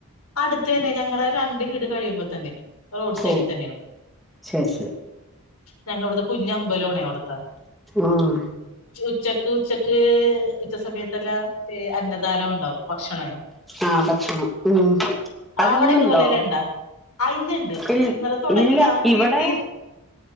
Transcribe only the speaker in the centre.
ഓ
ചാച്ച്
ആ
ആ ഭക്ഷണം ഉം അതിന്നുണ്ടോ
ഇ
ഇല്ല
ഇവിടെ